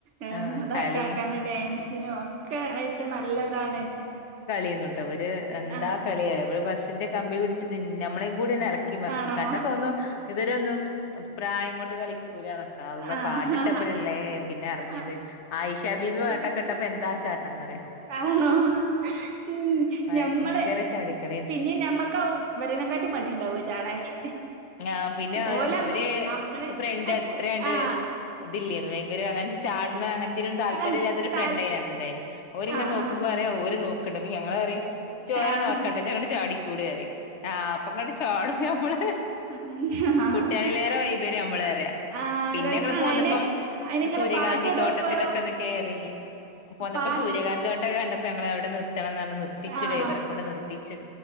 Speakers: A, on the right (about 85°); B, on the left (about 80°).
A: ഏഹ്
B: ആ
A: അതൊക്കെ
B: കളി
A: ആക്കാനും ഡാൻസിനോ ഒക്കെ ആയിട്ട് നല്ലതാണ്
B: കെന്നുട്ടോവര് എന്താ
A: ആഹ്
B: കളിഅറിയോ വര് ബസ്സിന്റെ കമ്പി പിടിച്ചിട്ട് ന്നമ്മളെയും കൂടി ഒന്ന് എളക്കിമറിച്ചു
A: ആണോ?
B: കണ്ടാ തോന്നും ഇവരൊന്നും പ്രായം കൊണ്ട് കളി ക്കൂലാന്നൊക്ക അള്ളോ
A: ആഹ്
B: പാട്ടിട്ടപ്പലല്ലേ പിന്നെ എറങ്ങിയത്
A: ആഹ്
B: ആയിഷാബീബി പാട്ടൊക്കെ
A: ഇപ്പ
B: ട്ടപ്പൊ എന്താ ചാട്ടംന്നറിയോ
A: ആണോ ഉം
B: ഭയങ്കര
A: ഞമ്മളെ
B: ചാടിക്കളിയാ
A: പിന്നെ ഞമ്മക്കാവും വരിനക്കാട്ടിം മടി ഉണ്ടാവാ ചാടാന്
B: ങ്ങാം പിന്നെ
A: ഓലെ
B: ഒരു
A: അമ്മളെ
B: ഫ്രണ്ട്
A: അയ്പ്
B: എത്രാണ്ട്
A: ആഹ്
B: ഇതില്ലന്ന് ഭയങ്കര അങ്ങനത്തെ ചാട് ന്നാ അങ്ങൻത്തിനൊന്നും താല്പര്യല്ലാത്ത
A: ആഹ്
B: ഒരു
A: താൽ
B: ഫ്രണ്ടയിനാത്ത് ഇണ്ടായിനി ഓല് ഇങ്ങനെ
A: ആഹ്
B: നോക്കുമ്പോ
A: ആഹ്
B: ഓല് നോ ക്ണ്ട് ഞങ്ങൾ പറിം ജി ജോന
A: ആഹ്
B: നോക്കണ്ട ജി അങ്ങട്ട് ചാടി കൂടി റിം ആഹ് അപ്പ ങ്ങട്ട് ചാടും ഞമ്മള്
A: ഉം ആഹ്
B: കുട്ടികളിലേറെ വൈബെനി നമ്മള് അറിയ
A: ആഹ്
B: പിന്നെ
A: രസാണ്
B: ങ്ങള് പോന്നപ്പം
A: അയിന് അയിനിങ്ങനെ
B: സൂര്യകാന്തി
A: പാട്ടിടുമ്പളും
B: തോട്ടത്തിലൊക്കെ ഒന്ന് കേറി പോന്നപ്പം
A: പാട്ട്
B: സൂര്യകാന്തി തോട്ട ക കണ്ടപ്പോ ഞങ്ങള എവിടെ നിർത്തണം പറഞ്ഞി നിർത്തിച്ച്
A: ആണോ
B: ഡ്രൈവറെ ക്കൊണ്ട് നിർത്തിച്ച്